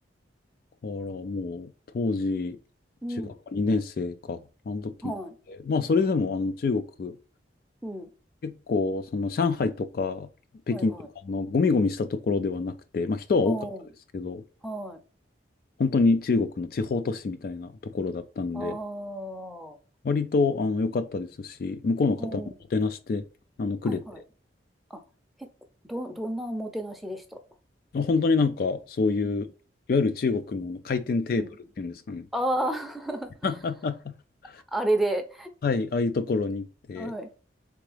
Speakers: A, on the left; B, in the centre.
A: だからもう当時、
B: うん。
A: 中学校2年生か、あの時って、
B: はい。
A: まあそれでもあの中国、
B: うん。
A: 結構その上海とか北京とかのゴミゴミしたところではなくて、
B: はいはい。
A: まあ人は多かったですけど、
B: ああ、はい。
A: 本当に中国の地方都市みたいなところだったんで、
B: ああ、
A: 割とあの良かったですし、向こうの方ももてなしてあのくれて、
B: うん。はいはい。あ、結構、ど、どんなおもてなしでした
A: 本当になんかそういう、
B: うん。
A: いわゆる中国の回転テーブルっていうんですかね。
B: うん。ああ、
A: <laughs>
B: <laughs> あれで。
A: はい、ああいうところに行って、
B: はい。